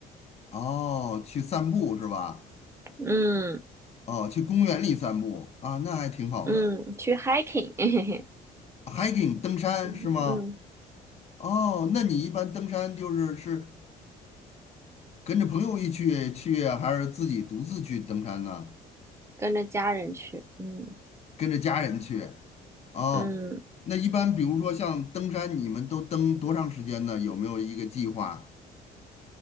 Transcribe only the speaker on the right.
嗯。
嗯，去 hiking，<laughs> 嘿嘿嘿，
嗯嗯，
跟着家人去，嗯
嗯，